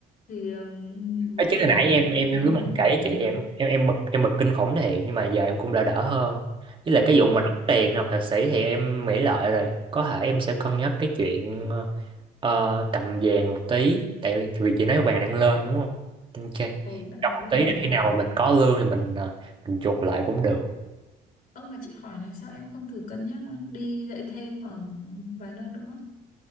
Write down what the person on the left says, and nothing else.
thì ừm,
vớ vẩn
là
nó
ảnh
hưởng
đến
của mình
đó
ồ
ừ, đã
thấy
rất
là
nhiều
Ơ mà chị hỏi này sao em không thử cân nhắc đi dạy thêm ở vài nơi nữa